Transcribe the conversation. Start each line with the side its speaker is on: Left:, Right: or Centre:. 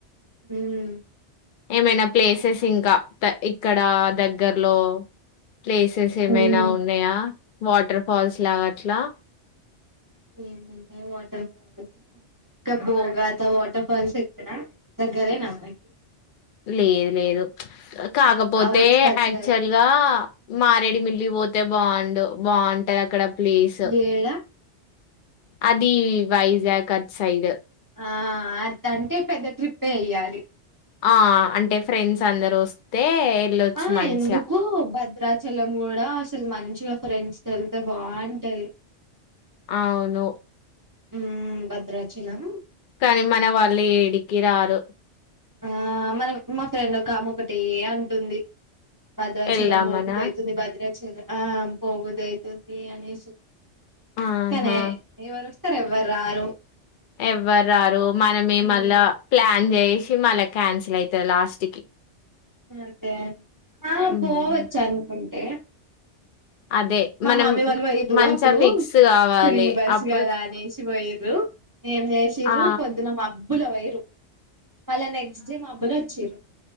Right: ఉమ్
Left: ఏమైనా ప్లేసెస్ ఇంకా త ఇక్కడ దగ్గర్లో ప్లేసెస్ ఏమైనా
Right: ఉమ్
Left: ఉన్నాయా వాటర్ ఫాల్స్ లాగా అట్లా
Right: ఏమున్నాయి వాటర్ ఫాల్స్ ఇంకా బోగాత వాటర్ ఫాల్స్ ఇక్కడ దగ్గరేన మీకు
Left: లేదు లేదు కాకపోతే
Right: అవుట్ కట్స్
Left: యాక్చువల్
Right: కదా
Left: గా మారేడుమిల్లి పోతే బాగుండు బాగుంటాది అక్కడ ప్లేసు
Right: యేడ
Left: అది వైజాగ్ అట్ సైడ్
Right: ఆ అది అంటే పెద్ద ట్రిప్పే ఎయ్యాలి
Left: ఆ అంటే ఫ్రెండ్స్ అందరు వస్తే వెళ్ళొచ్చు
Right: ఆ
Left: మంచిగా
Right: ఎందుకు బద్ చిద్రాచలం కూడా అసలు మంచిగా ఫ్రెండ్స్ తొ ఎళ్తే బాగుంటయ్
Left: అవును
Right: ఉమ్ భద్రాచలమ్
Left: కానీ మన వాళ్ళు ఏడికి రారు
Right: ఆ మన మా ఫ్రెండ్ ఒకామే ఒకటె అంటుంది భద్రాచలం
Left: వెళ్దామనా
Right: పోబుద్ధి అయితుంది భద్రాచలం ఆ పోబుద్ధి అయితుంది అనేసి
Left: ఆహా
Right: కానీ ఎవరు వస్తరు ఎవ్వర్ రారు
Left: ఎవ్వర్ రారు మనమే
Right: ఉమ్
Left: మళ్ళ ప్లాన్ చేసి మళ్ళా క్యాన్సిల్ అయితది లాస్ట్ కి
Right: అదే ఆ
Left: ఉమ్.
Right: పోవచ్చు అనుకుంటే హ్మ్
Left: అదే
Right: మా
Left: మనం
Right: మామీ వాళ్ళు పోయిర్రు
Left: మంచిగా
Right: అప్పుడు
Left: ఫిక్స్ కావాలి
Right: ఫ్రీ బస్
Left: అప్పుడు
Right: కదా అనేసి పోయిర్రు ఏం చేసిర్రు
Left: ఆ
Right: పొద్దున మబ్బుల పోయిరు మళ్ళా నెక్స్ట్ డే మా మబ్బుల వచిర్రు